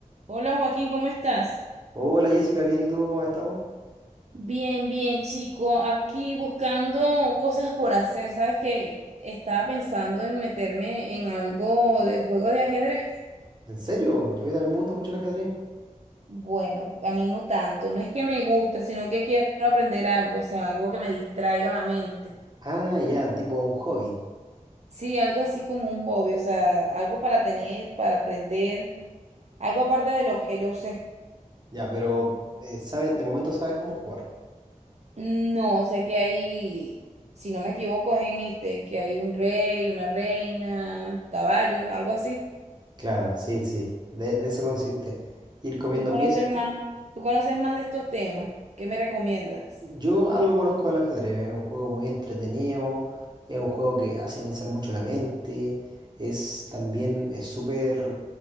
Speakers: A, on the right; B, on the right.
A: Hola Joaquín, ¿cómo estás?
B: Hola Jessica, bien, ¿y tú cómo has estado?
A: Bien, bien, chico. Aquí buscando cosas por hacer. Sabes que estaba pensando en meterme en algo de juego de ajedrez.
B: ¿En serio? A mí también me gusta mucho el ajedrez.
A: Bueno, a mí no tanto. No es que me guste, sino que quiero aprender algo, o sea, algo que me distraiga la mente.
B: Ah, ya, tipo un hobby.
A: Sí, algo así como un hobby, o sea, algo para tener, para aprender, algo aparte de lo que yo sé.
B: Ya, pero eh, sabes, de momento sabes cómo jugar.
A: No, sé que hay, si no me equivoco, es en este, que hay un rey, una reina, caballos, algo así.
B: Claro, sí, sí, de, de eso consiste. Ir comiendo
A: ¿Tú conoces
B: piezas.
A: más? ¿Tú conoces más de estos temas? ¿Qué me recomiendas?
B: Yo algo conozco del ajedrez, es un juego muy entretenido, es un juego que hace pensar mucho la mente, es también es súper